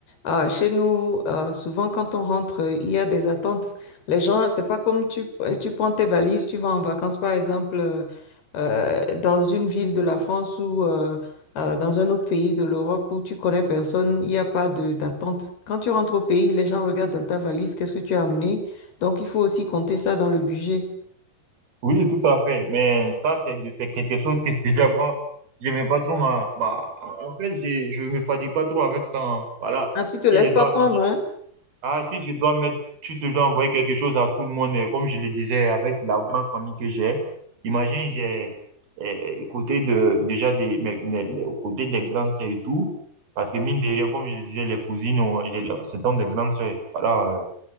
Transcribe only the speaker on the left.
euh, chez nous, euh, souvent quand on rentre, euh, il y a des attentes. Les gens, c'est pas comme tu, euh, tu prends tes valises, tu vas en vacances, par exemple, euh, euh, dans une ville de la France ou euh, euh, dans un autre pays de l'Europe où tu connais personne, il n'y a pas de d'attente. Quand tu rentres au pays, les gens regardent dans ta valise, qu'est-ce que tu as amené. Donc, il faut aussi compter ça dans le budget.
Ah, tu te laisses
pas prendre,
hein?